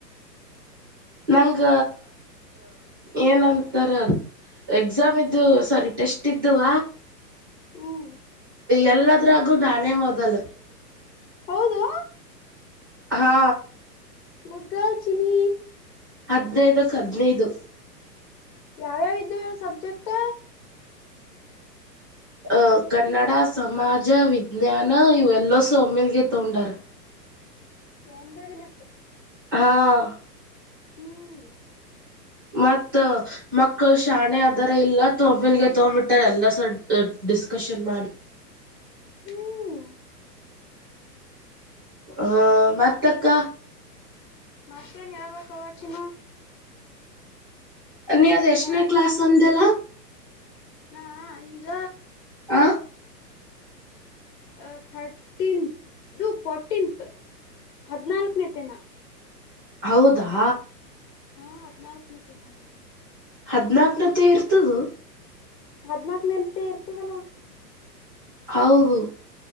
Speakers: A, on the right; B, on the left.
A: ನಂಗ ಏನಂತಾರ ಎಕ್ಸಾಮ್ ಇದ್ದು ಸಾರಿ ಟೆಸ್ಟ್ ಇದ್ದುವ
B: ಹ್ಮ್
A: ಎಲ್ಲದ್ರಾಗು ನಾನೇ ಮೊದಲ
B: ಹೌದು
A: ಹಾ
B: ಗುಡ್ ಗರ್ಲ್ ಚಿನಿ
A: ಹದ್ಿನೈದಕ್ಕೆ ಹದ್ನೈದು
B: ಯಾವ್ಯಾವ ಇದವು ಸಬ್ಜೆಕ್ಟ್
A: ಅಹ ಕನ್ನಡ ಸಮಾಜ ವಿಜ್ಞಾನ ಇವೆಲ್ಲಸ ಒಮ್ಮೇಲ್ಗೆ ತಗೊಂಡಾರ
B: ಒಂದೇ ದಿನ
A: ಹಾ
B: ಹ್ಮ್
A: ಮತ್ತ ಮಕ್ಕಳ ಶಾಣೆ ಅದಾರ ಇಲ್ಲ ತೊಂಬಲ್ಗೆ ತೊಗ್ಬಿಟ್ಟಾರ ಎಲ್ಲ ಸರ್ ಡಿಸ್ಕಶನ್ ಮಾಡಿ
B: ಹ್ಮ್
A: ಹ ಮತ್ತಕ್ಕ
B: ಮತ್ತೇನ್ ಯರವ ಕವಾಚಿ <unintelligible>
A: ನೀ ಅದ ಎಷ್ಟನೇ
B: ಎಲ್ಲಾ ಆರಾಮಿ
A: ಕ್ಲಾಸ್ ಅಂದಲ್ಲ
B: ನಾ ಈಗ
A: ಆ
B: ಅ ಥರ್ಟೀನ್ ಫೋರ್ಟೀನ್ತ್ ಹದಿನಲ್ಕನೇ ತನಾ
A: ಹೌದಾ
B: ಹಾ ಹದ್ನಾಾಲ್ಕನತ್ತೇ ನೋಡಣ <unintelligible>
A: ಹದ್ನಾಕನತ್ತೆ ಇರ್ತದು
B: ಹದ್ನಾಕ ನೆಂತೆ ಇರ್ತದಲ್ಲ
A: ಔದು